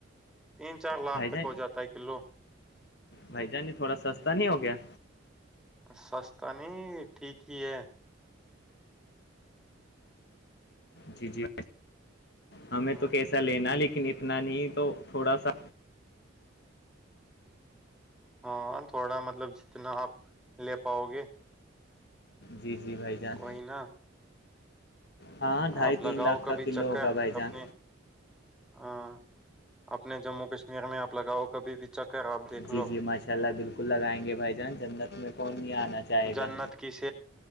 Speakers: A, in the centre; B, on the left.
A: تین چار لاکھ
B: بھائی
A: تک
B: جان
A: ہو جاتا ہے کلو
B: بھائی جان تھوڑا سستا نہیں ہو گیا
A: سستا نہیں ٹھیک ہی ہے
B: جی جی ہمیں
A: ہاں
B: تو کیسا لینا لیکن اتنا نہیں تو تھوڑا سا
A: ہاں تھوڑا مطلب جتنا آپ لے پاؤ گے
B: جی جی بھائی جان
A: کوئئی نہ
B: ہاں ڈھائی
A: آپ
B: تین
A: لگاؤ
B: لاکھ
A: کبھی
B: کا کلو
A: چکر
B: ہوگا بھائی جان
A: اپنی ہاں اپنے جموں کشمیر میں آپ لگاؤ کبھی بھی چکر آپ دیکھ
B: جی
A: لو
B: جی ماشاء اللہ بالکل لگائیں گے بھائی جان جنت میں کون نہیں آنا چاہے
A: جنت
B: گا
A: کی س